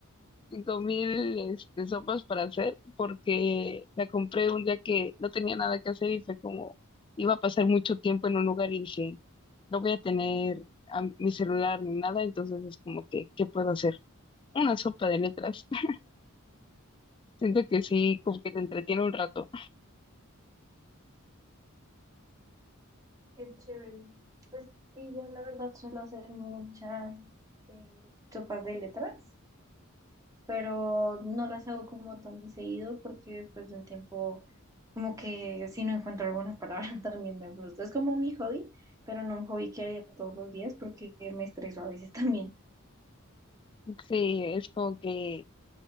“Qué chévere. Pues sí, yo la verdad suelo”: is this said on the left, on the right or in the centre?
Right